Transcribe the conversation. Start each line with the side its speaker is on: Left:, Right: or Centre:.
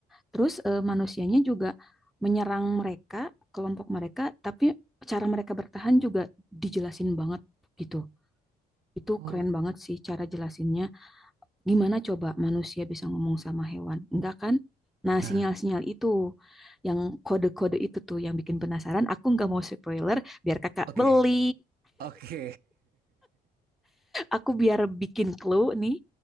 Centre: terus eh, manusianya juga menyerang mereka, kelompok mereka, tapi cara mereka bertahan juga dijelasin banget gitu. Itu
Right: Oh.
Centre: keren banget sih cara jelasinnya. Gimana coba manusia bisa ngomong sama hewan? Enggak kan? Nah,
Right: Nah,
Centre: sinyal-sinyal itu, yang kode-kode itu tuh yang bikin penasaran. Aku nggak mau spoiler, biar kakak
Right: Oke,
Centre: beli.
Right: oke.
Centre: Aku biar bikin clue nih.